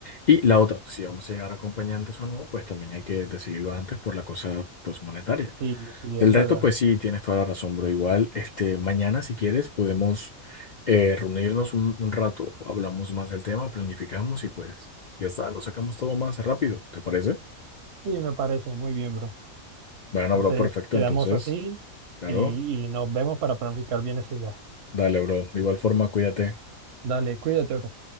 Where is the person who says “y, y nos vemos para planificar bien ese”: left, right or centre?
Right